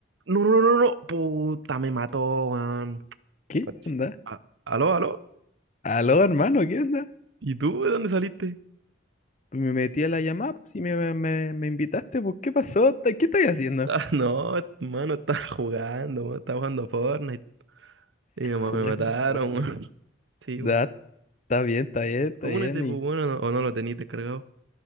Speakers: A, on the right; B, on the left.
A: No, no, no, no. Puta, me mató, man.
B: ¿Qué
A: Puch.
B: onda?
A: A- aló, aló.
B: Aló, hermano, ¿qué onda?
A: ¿Y tú de dónde saliste? <laughs>
B: Pues Me metí a la llamada, pues si me, me, me invitaste, pues ¿qué pasó? ¿Está- ¿Qué estás haciendo?
A: Ah, no, mano, estaba jugando, man, estaba jugando Fortnite. Y me,
B: Jugando
A: me mataron,
B: Fortnite.
A: man. <laughs> Sí,
B: Da,
A: man.
B: está bien, está bien, está
A: Únete,
B: bien.
A: pues
B: Y,
A: bueno, o no lo tenías descargado.